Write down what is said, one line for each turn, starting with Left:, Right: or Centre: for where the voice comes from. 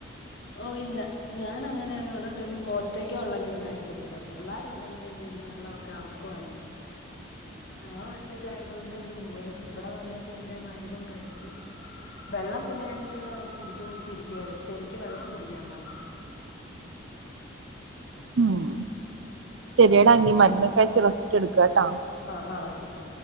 Left: ഓ ഇല്ല ഞാനങ്ങനെ എവിടോട്ടേലും പോ ഒറ്റക്കെ യൊള്ളെങ്കി കഴിക്കത്തില്ല പുള്ളാരുണ്ടെങ്കി എന്തേലും വെള്ളവൊക്കെ അവർക്ക് വാങ്ങിച്ച് ഞാ ഒറ്റക്കായതുകൊണ്ട് ഇങ്ങു പോരുന്നു ഇബടെ വന്നിട്ട് പിന്നെ മരുന്നും കഴിച്ച് വെള്ളം പിന്നെ ഞാനിങ്ങനെ കുടിച്ചു കുടിച്ച് ഇരിക്കുവ ശരിക്ക് വെള്ളം കുടിക്കാൻ പറഞ്ഞു.
Right: ഉം ശരിയെടാ എങ്കി മരുന്ന് ക ച്ച് റെസ്റ്റ് എടുക്ക ട്ടോ
Left: ആഹ് ആഹ് ശരി